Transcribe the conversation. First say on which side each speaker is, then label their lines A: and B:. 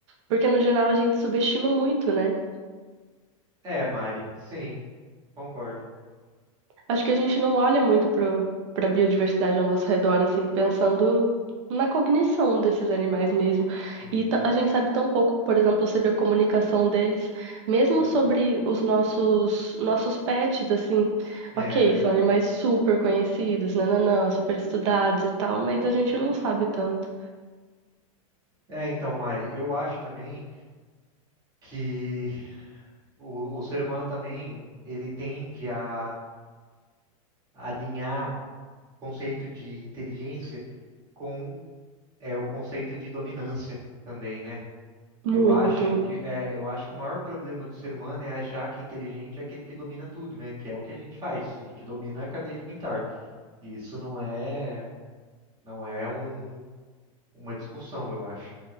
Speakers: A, on the right; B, on the right.
A: Porque no geral a gente subestima muito, né?
B: É, Mari, sim, concordo.
A: Acho que a gente não olha muito para para biodiversidade ao nosso redor, assim, pensando na cognição desses animais mesmo.
B: Sim,
A: E ta- a gente sabe tão pouco, por exemplo, sobre a comunicação deles, mesmo
B: sim.
A: sobre os nossos nossos pets, assim.
B: É,
A: Ok, são animais super conhecidos, nananã, super estudados e tal, mas a gente não sabe tanto.
B: é, então, Mari, eu acho também que o, o ser humano também, ele tende a alinhar o conceito de inteligência com é, o conceito de dominância também, né?
A: Muito.
B: Eu acho que é, eu acho que o maior problema do ser humano é achar que inteligente é aquele que domina tudo, né? Que é o que a gente faz. A gente domina a cadeia alimentar. E Isso não é Não é um, uma discussão, eu acho.